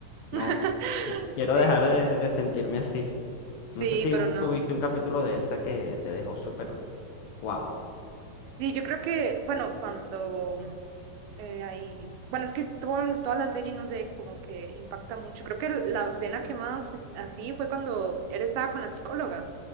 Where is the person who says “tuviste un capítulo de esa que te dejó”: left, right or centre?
Left